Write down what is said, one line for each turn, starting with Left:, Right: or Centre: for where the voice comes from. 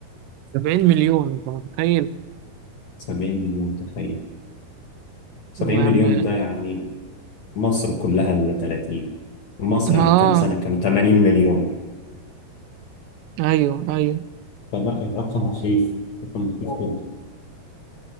Right: 70 مليون انت متخيل
Left: 70 مليون تخيل 70
Right: والله
Left: مليون
Right: يا عم
Left: ده يعني مصر كلها اللي 30 مصر
Right: اه
Left: من كام سنة كانوا 80 مليون
Right: ايوه ايوه
Left: فلا الرقم مخيف رقم مخيف جدا